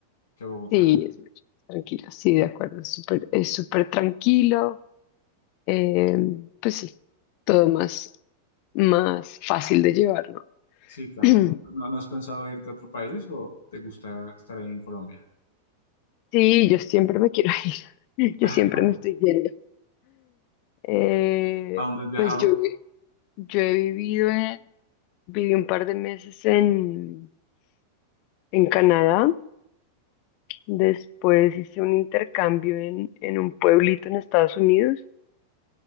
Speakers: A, on the left (about 65°); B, on the left (about 45°).
A: que Bogotá.
B: Sí, es muy tranquilo, sí, de acuerdo, es súper, es súper tranquilo. eh, pues sí, todo más, más fácil de llevar, ¿no?
A: Sí, claro.
B: <clears throat>
A: ¿No, no has pensado irte a otro país o te gusta estar ahí en Colombia?
B: Sí, yo siempre me quiero ir, <laughs> yo
A: <laughs>
B: siempre me estoy yendo. Eh,
A: ¿A dónde has viajado?
B: pues yo, yo he vivido, en- viví un par de meses en, en Canadá Después hice un intercambio en, en un pueblito en Estados Unidos